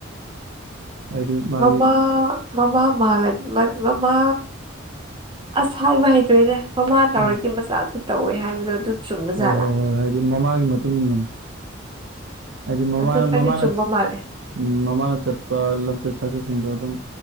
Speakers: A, on the right (about 60°); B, on the right (about 25°).
A: ꯍꯥꯏꯗꯤ ꯃꯥꯒꯤ
B: ꯑꯃ ꯃꯃꯥ ꯃꯥꯜ ꯃꯃꯥ ꯑꯁ ꯍꯥꯏꯕ ꯍꯩꯇ꯭ꯔꯦꯅꯦ ꯃꯃꯥ ꯇꯧꯔꯗꯤ
A: ꯎꯝ
B: ꯃꯆꯥꯁꯨ ꯇꯧꯋꯦ ꯍꯥꯏꯕꯗꯣ ꯑꯗꯨ ꯆꯨꯝꯕ
A: ꯍꯣꯏ
B: ꯖꯥꯠꯂꯥ
A: ꯍꯣꯏ ꯍꯣꯏ ꯍꯥꯏꯗꯤ ꯃꯃꯥꯒꯤ ꯃꯇꯨꯡ ꯏꯟꯅ ꯍꯥꯏꯗꯤ ꯃꯃꯥ
B: ꯑꯗꯨ
A: ꯃꯃꯥꯅ
B: ꯈꯔꯗꯤ ꯆꯨꯝꯕ ꯃꯥꯜꯂꯦ
A: ꯎꯝ ꯃꯃꯥꯅ ꯆꯠꯄ ꯂꯝꯆꯠ ꯁꯥꯖꯠꯁꯤꯡꯗꯣ ꯑꯗꯨꯝ